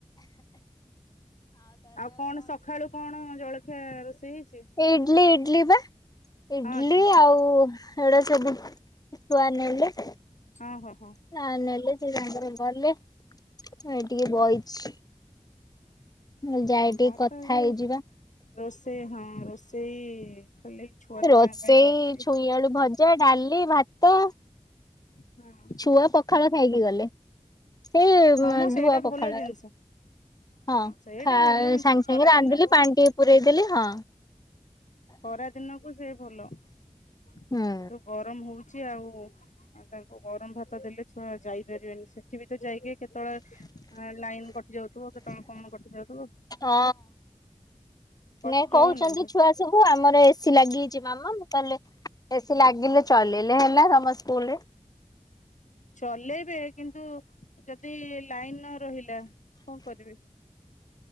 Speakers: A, on the left; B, on the left.
A: ଆଉ କଣ ସଖାଳୁ କଣ ଜଳଖିଆ ରୋଷେଇ ହେଇ
B: ଇଡଲି ଇ ଟ୍ଲି ପା। ଇଡଲି
A: ହଁ ଆଚ୍ଛା।
B: ଆଉ ଏଉଡା ସବୁ ଛୁଆ ନେଲେ।
A: ଓହୋ।
B: ନା ନେଲେ ଯେ ତାଙ୍କର ଗଲେ। ଏଇ ଟିକିଏ ବଇଛି। ମୁଁ ଯାଏ
A: ହଁ
B: ଟିକେ
A: ମୋର
B: କଥା
A: ତ ଏବେ
B: ହେଇଯିବା।
A: ରୋଷେଇ ହଁ ରୋଷେଇ ଖାଲି ଛୁଆ ଦିଟାଙ୍କ
B: ରୋଷେଇ
A: ପାଇଁ କରିଛି।
B: ଛୁଇଁଆଳୁ ଭଜା, ଡାଲି, ଭାତ।
A: ହଁ
B: ଛୁଆ ପଖାଳ ଖାଇକି ଗଲେ। ସେଇ ଉଁ,
A: ହଁ ମ ସେଇଟା
B: ଧୂଆ ପଖାଳ,
A: ଭଲ ଜିନିଷ
B: ହଁ
A: ସେଇଟା
B: ଖା-ସାଙ୍ଗେ
A: ଭଲ ଜିନିଷ ଖରା
B: ସାଙ୍ଗେ ରାନ୍ଧିଲି
A: ଦିନକୁ
B: ପାଣି ଟିକେ ପୂରେଇ ଦେଲି। ହଁ।
A: ଖରା ଦିନକୁ ସେ ଭଲ। ଯୋଉ
B: ହୁଁ
A: ଗରମ ହଉ ଛି, ଆଉ ତାଙ୍କୁ ଗରମ ଭାତ ଦେଲେ ଛୁଆ ଯାଇପାରିବେନି ସେ ଏଠି ବି ତ ଯାଇକି କେତେବେଳେ ଏଁ, ଲାଇନ୍ କଟି ଯାଉଥୁବ। କେତେବେଳେ କଣ କଟି ଯାଉଥୁବ।
B: ହଁ
A: କଷ୍ଟ
B: ନାଇଁ କହୁଛନ୍ତି
A: ହଉନି
B: ଛୁଆ ସବୁ ଆମର ଏସିି ଲାଗି ହେଇଛି ମାମା ମୁଁ ତାହେଲେ ଏସିି ଲାଗିଲେ ଚଲେଇଲେ ହେଲା ତମ ସ୍କୁଲରେ।
A: ଚଲେଇ ବେ କିନ୍ତୁ ଯଦି ଲାଇନ ନ ରହିଲା କଣ କରିବେ?